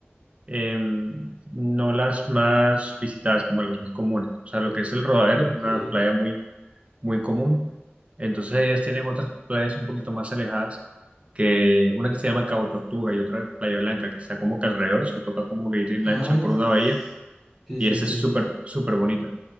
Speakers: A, on the right; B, in the centre.
A: em, no las más visitadas como las más comunes. O sea, lo que es el Rodadero,
B: Aunque,
A: es una playa muy, muy común. Entonces ellas tienen otras playas un poquito más alejadas, que una que se llama Cabo Tortuga y otra Playa Blanca, que está como que alrededor, o sea, toca como que ir en
B: ay,
A: lancha por
B: s-
A: una bahía
B: sí,
A: y
B: sí,
A: esa
B: sí.
A: es súper, súper bonita.